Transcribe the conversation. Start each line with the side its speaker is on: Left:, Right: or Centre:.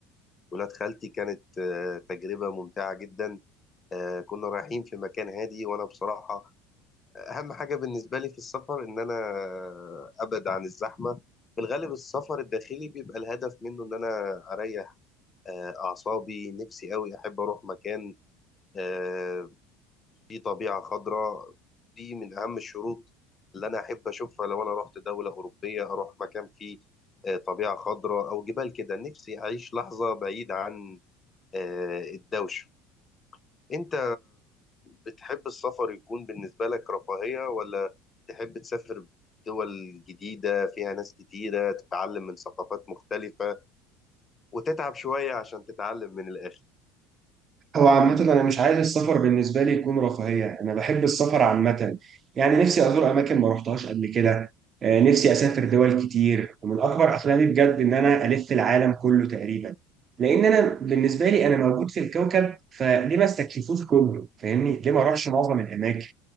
Left: وولاد خالتي كانت آه، تجربه ممتعه جدا آه، كنا رايحين في مكان هادي وانا بصراحه اهم حاجه بالنسبه لي في السفر ان انا آه، ابعد عن الزحمه في الغالب السفر الداخلي بيبقى الهدف منه ان انا اريح آه، اعصابي نفسي قوي احب اروح مكان آه، في طبيعة خضراء دي من أهم الشروط اللي أنا أحب أشوفها لو أنا رحت دولة أوروبية أروح مكان فيه آه، طبيعة خضراء أو جبال كده نفسي أعيش لحظة بعيد عن آه، الدوشة أنت بتحب السفر يكون بالنسبة لك رفاهية ولا تحب تسافر دول جديدة فيها ناس كتيرة تتعلم من ثقافات مختلفة وتتعب شوية عشان تتعلم من الآخر؟
Right: هو عامة أنا مش عايز السفر بالنسبة لي يكون رفاهية أنا بحب السفر عامة يعني نفسي أزور أماكن ما رحتهاش قبل كده آه، نفسي أسافر دول كتير ومن أكبر أحلامي بجد إن أنا ألف العالم كله تقريبا لأن أنا بالنسبة لي أنا موجود في الكوكب فليه ما استكشفوش كله فاهمني ليه ما أروحش معظم الأماكن